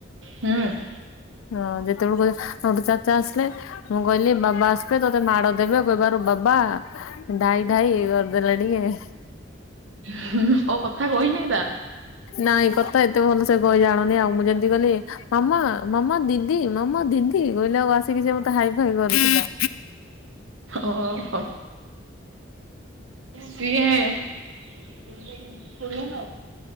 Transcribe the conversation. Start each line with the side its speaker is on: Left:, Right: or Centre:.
Right: ହୁଁ।
Left: ହଁ ଯେତେବେଳୁ କହିଏ <unintelligible> ଚାଚା ଆସିଲେ ମୁଁ କହିଲି ବାବା ଆସିବେ ତ ମତେ ମାଡ ଦେବେ ଆଉ କହିବାରୁ ବାବା ଢାଇ ଢାଇ ଇ ଦେଲେ ଟିକେ।
Right: ହଁ ଅ କଥା କହିହନାଇଁ ତା।
Left: ନାଇଁ କଥା ଏତେ ଭଲ ସେ କହି ଜାଣୁନି ଆଉ ମୁଁ ଯେମତି ଗଲି ମାମା। ମାମ ଦିଦି, ମାମା ଦିଦି କହିଲେ ଆଉ ଆସିକି ସେ ମତେ ହାଇ ଫାଇ କରଥିଲା।
Right: ଓହୋ ସିଏ ଇ ପଢିବନି